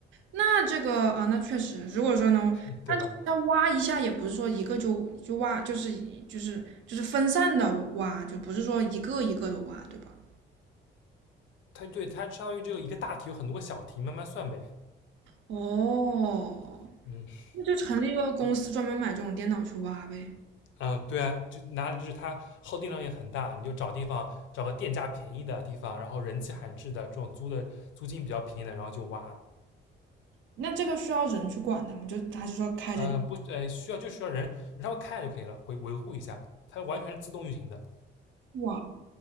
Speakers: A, on the right; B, on the left.
A: 那这个啊，那确实，如果说能，
B: 嗯对吧？
A: 那挖一下也不是说一个就就挖，就是就是就是分散的挖，就不是说一个一个的挖，对吧？
B: 它对它相当于只有一个大题，有很多个小题，慢慢算呗。
A: 哦，
B: 嗯
A: 那就成立一个公司专门买这种电脑去挖呗。
B: 啊、呃对啊，就哪里就是它耗电量也很大，你就找地方找个电价便宜的地方，然后人迹罕至的这种租的租金比较便宜的，然后就挖。
A: 那这个需要人去管它吗？就还是说开着就
B: 呃，不，呃，需要就需要人人稍微看一下就可以了，维维护一下，它完全是自动运行的。
A: 挖？